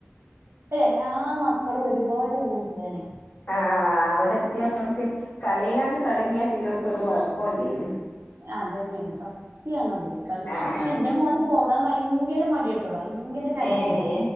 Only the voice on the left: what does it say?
ആഹ് അവിടെ എത്തിയ അവർക്ക് കളിയിലാണ്ട് തുടങ്ങിയാ പിന്നെ അവർക്ക് ഒരു കുഴപ്പല്ലേലു
ആഹ്
ആഹ് ഏഹ്